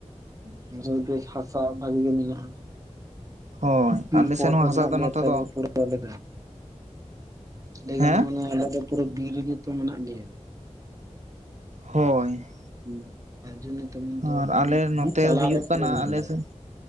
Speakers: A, on the right; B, on the right.
A: ᱦᱩᱸ ᱱᱚᱛᱮ ᱵᱮᱥ ᱦᱟᱥᱟ ᱵᱷᱟᱜᱤ ᱜᱮ ᱢᱮᱱᱟᱜ-ᱟ᱾
B: ᱦᱳᱭ
A: ᱵᱤᱨ
B: ᱟᱞᱮ
A: ᱯᱚᱨ
B: ᱥᱮᱱ ᱦᱚᱸ
A: ᱨᱮ
B: ᱦᱟᱥᱟ
A: ᱢᱮᱱᱟᱜ
B: ᱫᱚ
A: ᱞᱮᱭᱟ
B: ᱱᱚᱛᱮ
A: ᱛᱚ
B: ᱫᱚ
A: ᱯᱩᱨᱟᱹᱣ ᱟᱞᱮᱫᱚ᱾ ᱞᱟᱹᱭ ᱜᱟᱱᱚᱜ
B: ᱦᱮᱸ
A: ᱟᱱᱟ ᱟᱞᱮ ᱫᱚ ᱯᱩᱨᱟᱹ ᱵᱤᱨ ᱨᱮᱜᱮ ᱛᱚ ᱢᱮᱱᱟᱜ ᱞᱮᱭᱟ᱾
B: ᱦᱳᱭ᱾
A: ᱦᱮᱸ ᱛᱟᱨ ᱡᱚᱱᱱᱚ ᱛᱮᱢᱚᱱ
B: ᱟᱨ
A: ᱫᱚ
B: ᱟᱞᱮ
A: ᱢᱟᱱᱮ
B: ᱱᱚᱛᱮ
A: ᱵᱤᱨ ᱛᱟᱞᱟ
B: ᱦᱩᱭᱩᱜ
A: ᱨᱮ
B: ᱠᱟᱱᱟ
A: ᱯᱩᱨᱟᱹ ᱢᱮᱱᱟᱜ
B: ᱟᱞᱮ
A: ᱞᱮᱭᱟ᱾
B: ᱥᱮᱫ